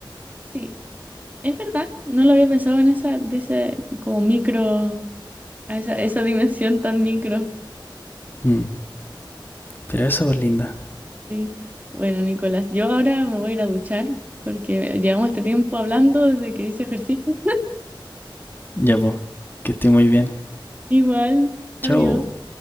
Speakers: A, on the right; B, on the left.
A: sí, es verdad, no lo había pensado en esa, de ese, como micro, a esa, esa dimensión tan micro.
B: Hmm. Pero eso es linda.
A: Sí. Bueno, Nicolás, yo ahora me voy a ir a duchar porque llevamos este tiempo hablando desde que hice ejercicio.
B: Ya, pues, que esté muy bien.
A: Igual, adiós.
B: Chao.